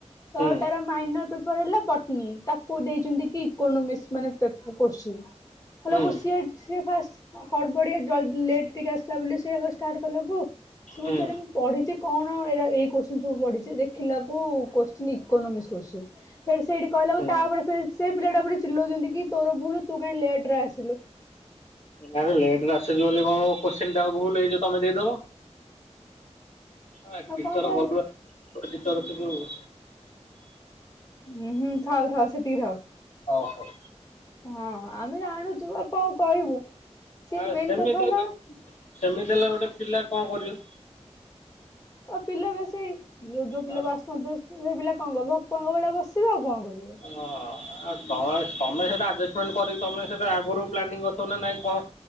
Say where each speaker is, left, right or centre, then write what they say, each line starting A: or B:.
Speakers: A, on the left; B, on the left.
A: ତ
B: ହୁଁ
A: ତାର ମାଇନଟ ପର ହେଲା ପଟନୀ ତା କୁ ଦେଇଛନ୍ତି କି ଇକୋନୋମିକ୍ସ ମାନେ ପେ କୋଶ୍ଚିନ୍ ହେଲାକୁ
B: ହୁଁ
A: ସିଏ ସିଏ ଫାଷ୍ଟ ହଡବଡିଆ ଜଲ୍ଦି ଲେଟ୍ ଟିକେ ଆସିଲା ବୋଲି ସିଏ ଆଗ ଷ୍ଟାର୍ଟ କଲା କୁ ସେ କହୁଛି
B: ହୁଁ
A: ଆରେ ମୁଁ ପଢିଛି କଣ ଏରା ଏ କୋଶ୍ଚିନ ସବୁ ପଢିଛି ଦେଖିଲା ବେଳକୁ କୋଶ୍ଚିନ୍ ଇକୋନୋମିକ୍ସ କୋଶ୍ଚିନ୍। ଫେରେ ସେଇଠି କହିଲାକୁ
B: ହୁଁ।
A: ତାପରେ ଫିର୍ ସେ ପିଲାଟା ଉପରେ ଚିଲଉଛନ୍ତି କି ତୋର ଭୁଲ ତୁ କାଇଁ ଲେଟ୍ ରେ ଆସିଲୁ।
B: ନାରେ ଲେଟ୍ ରେ ଆସଲୁ ବୋଲି କଣ ମୋ କୋଶ୍ଚିନ୍ ଟା ଭୁଲ ହେଇ ଯିବ ତମେ ଦେଇଦବ ‌। ଆ
A: ଆଉ
B: ଟିଚର
A: କଣ କହିବୁ
B: ଗଲୁଆ ପିଚ୍ ସେ ଯୋଉ
A: ଉଁ ହୁଁ ଥାଉ ଥାଉ ସେତିକି ଥାଉ।
B: ଓ ହୋ
A: ହଁ ହଁ ଆମେ ଜାଣୁଛୁ ଆଉ କଣ କହିବୁ। ସିଏ
B: ଆଁ
A: ମେନ୍
B: ସେମିତିଆ
A: କଥା ହେଲା ଆଉ
B: ସେମିତି ହେଲେ ଗୋଟେ ପିଲା କଣ କରିବ?
A: ଆଉ ପିଲା ବି ସେଇ ଯୋ ଯୋଉ ପିଲାକୁ
B: ହଁ
A: ଆସୁ ନ ଥିବ ସେ ତ ସେଇ ପିଲା କଣ କରିବ ଭକୁଆଙ୍କ ଭଳିଆ ବସିବ ଆଉ କଣ କରିବ।
B: ଅ ଆ ତମେ ତମେ ସେଟା ଆର୍ଜେସମେଣ୍ଟ କରିକି ତମେ ସେଟା ଆଗରୁ ପ୍ଲାନିଂ କରି ଥିବା ନା ନାଇଁ କଣ